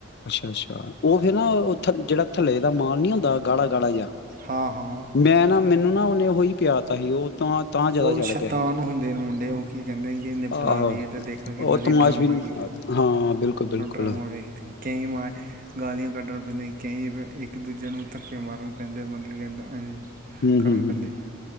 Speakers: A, on the left; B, on the right.
A: ਅੱਛਾ ਅੱਛਾ ਉਹ ਫੇਿਰ ਨਾਥ ਜਿਹੜਾ ਥੱਲੇ ਦਾ ਮਾਲ ਨੀ ਆਉਂਦਾ ਦਾ ਗਾੜਾ ਗਾੜਾ ਜਾ
B: ਹਾਂ ਹਾਂ
A: ਮੈਂ ਨਾ ਮੈਨੂੰ ਨਾ ਉਹਨੇ ਉਹੀ ਪਿਆ ਸੀ ਉਹ ਤਾਂ ਤਾਂ ਜ਼ਿਆਦਾ
B: ਉਹ
A: ਚ੍ਹ
B: ਸ਼ੈਤਾਨ
A: ਪਿਆ ਸੀ
B: ਹੁੰਦੇ ਨੇ ਮੁੰਡੇ ਉਹ ਕੀ ਕਹਿੰਦੇ ਨੇ ਕਿ ਇਹਨੇ ਬੁਲਾ
A: ਆਹੋ
B: ਦਈਏ ਤੇ ਦੇਖਾਂ ਕਿ
A: ਉਹ
B: ਬਾਦੀ
A: ਤਮਾਸ਼
B: ਡਰਾਮਾ
A: ਵੀ ਨ
B: ਕੀ ਕਰਦਾ ਹੈ।
A: ਹਾਂ ਬਿਲਕੁਲ ਬਿਲਕੁਲ
B: ਉਹ ਡਰਾਮਾ ਵੇਖਦੇ ਨੇ ਕਈ ਮੈਂ ਗਾਲੀਆਂ ਕਢਣ ਪੈਂਦਾਆਂ ਕਈ ਇੱਕ ਦੂਜੇ ਨੂੰ ਧੱਕੇ ਮਾਰਨ ਪੈਂਦੇ ਮਤਲਬ ਕਿ
A: ਹਮ
B: ਕਰਨ
A: ਹਮ
B: ਪੈਂਦੇ
A: ਹਮ